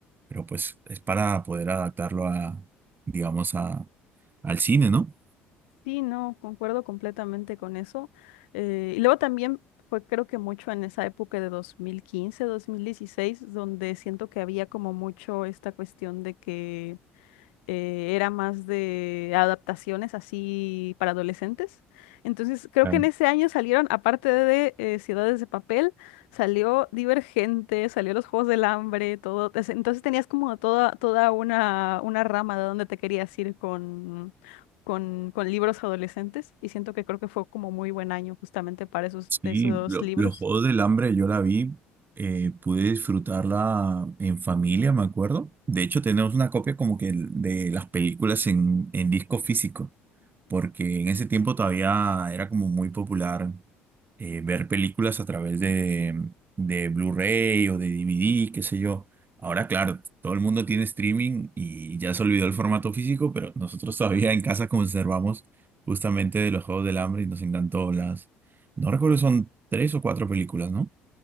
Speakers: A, on the right; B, on the left.
A: pero pues es para poder adaptarlo a, digamos, a, al cine, ¿no?
B: Sí, no, concuerdo completamente con eso. Eh, y luego también fue creo que mucho en esa época de 2015, 2016, donde siento que había como mucho esta cuestión de que eh, era más de adaptaciones así para adolescentes. Entonces, creo
A: Claro.
B: que en ese año salieron, aparte de eh, Ciudades de Papel, salió Divergente, salió Los Juegos del Hambre, todo. es- Entonces tenías como toda, toda una, una rama de donde te querías ir con, con, con libros adolescentes y siento que creo que fue como muy buen año justamente para esos,
A: Sí,
B: esos
A: lo-
B: libros.
A: los Juegos del Hambre yo la vi, eh, pude disfrutarla en familia, me acuerdo. De hecho, tenemos una copia como que de las películas en, en disco físico, porque en ese tiempo todavía era como muy popular eh, ver películas a través de, de Blu-ray o de DVD, qué sé yo. Ahora, claro, todo el mundo tiene streaming y ya se olvidó el formato físico, pero nosotros todavía en casa conservamos justamente de los Juegos del Hambre y nos encantó las... No recuerdo, son tres o cuatro películas, ¿no?